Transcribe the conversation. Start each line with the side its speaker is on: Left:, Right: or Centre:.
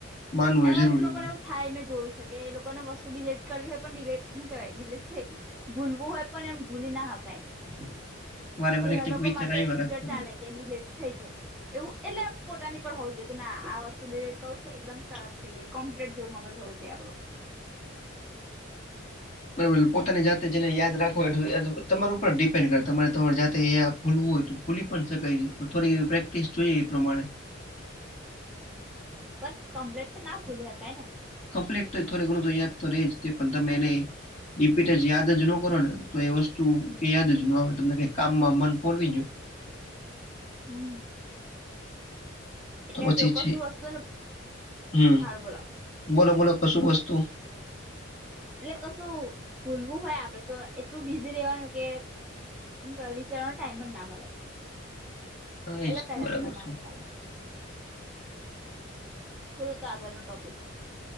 Left: માનવું
Centre: એમાં
Left: એ જરૂરી
Centre: અમુક લોકોને
Left: છે.
Centre: એવું થાય મેં જોયું છે, કે એ લોકોને વસ્તુ ડિલેટ કરવી હોય પણ ડિલેટ હુ કેહેવાય ડિલેટ થઈ ભૂલવું હોય પણ એમ ભૂલી ના હકાય
Left: વારે વારે
Centre: તેવા
Left: કઈક
Centre: લોકો
Left: વિચાર
Centre: માટે
Left: આવ્યા
Centre: ફ્યુચર
Left: રાખતા
Centre: ચાલે
Left: હોય.
Centre: કે ડીલેટ થઈ જાય એવું એટલે આમ પોતાની પણ હોવું જોઈએ કે ના આ વસ્તુ ડિલેટ કરો છે, કદમ સાફ થઇ જાય કોમ્યુટર જેવુ મગજ હોઉ જોએ આપણુ
Left: બરાબર પોતાની જાતે જેને યાદ રાખવ હોય તમાર ઉપર ડિપેન્ડ કરે તમારે તમારે જાતે અયા ભૂલવું હોય તો ભુલી પણ શકાય છે, થોડી એ પ્રેક્ટિસ જોઈએ એ પ્રમાણે
Centre: પણ કમ્પ્લેટ તો ના ભૂલી હકાઈ ને
Left: કમ્પ્લીટ તો થોડ ઘણું તો યાદ તો રે જ પણ તમે એને રિપીટ જ યાદ જ ન કરો ને તો એ વસ્તુ કે યાદ જ ન હવે તમને કે કામમાં મન પોરવી જો
Centre: હમ. એટલે
Left: તો પછી
Centre: જો કસું
Left: છે
Centre: વસ્તુ ને
Left: હમ
Centre: હાર બોલો
Left: બોલો બોલો કશું વસ્તુ
Centre: એટલે કશું ભૂલવું હોય આપડે તો એટલું બીઝી રેવાનું કે <unintelligible> વિચારવાનો ટાઈમ પણ ના મલે
Left: હા એ
Centre: એટલા
Left: જ તે,
Centre: પેલા
Left: બરાબર
Centre: પેલા મા
Left: છે.
Centre: ખયાલથી <unintelligible> તો આગળ નો ટોપિક